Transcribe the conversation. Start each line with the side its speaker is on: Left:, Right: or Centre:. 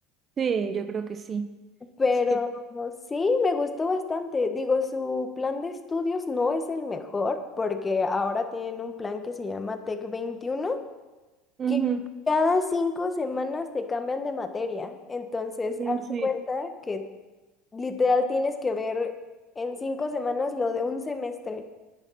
Right: Sí, yo creo que sí.
Left: Pero
Right: Sí.
Left: sí, me gustó bastante. Digo, su plan de estudios no es el mejor porque ahora tienen un plan que se llama Tec veintiuno
Right: Ujú.
Left: que cada cinco semanas te cambian de materia. Entonces,
Right: Mm,
Left: haz
Right: Sí,
Left: de cuenta que Literal tienes que ver en cinco semanas lo de un semestre.